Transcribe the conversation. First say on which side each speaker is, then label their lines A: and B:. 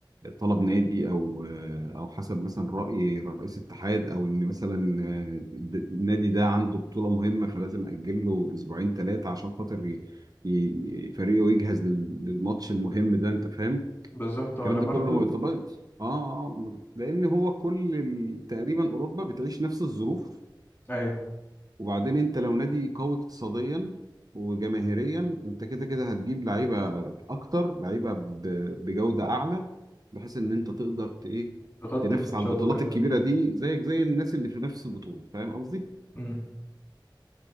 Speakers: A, on the right; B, on the left.
A: طلب نادي أو آه، أو حسب مثلا رأي رئيس اتحاد أو إن مثلا آه، د- النادي ده عنده بطولة مهمة فلازم أجل له أسبوعين ثلاثة عشان خاطر ي- ي- فريقه يجهز لل- للماتش المهم ده أنت فاهم؟
B: بالظبط
A: الكلام
B: وانا
A: ده
B: برضو
A: كله ما بيطبقش اه آه، لأن هو كل ال- تقريبا أوروبا بتعيش نفس الظروف
B: ايوه
A: وبعدين انت لو نادي قوي اقتصاديا وجماهيريا انت كده كده هتجيب لعيبه اكتر لعيبه ب- بجوده اعلى بحيث ان انت تقدر ت- ايه
B: تغطي
A: تنافس
B: الماتشات
A: على البطولات
B: وكده
A: الكبيره دي زيك زي الناس اللي في نفس البطوله فاهم قصدي
B: امم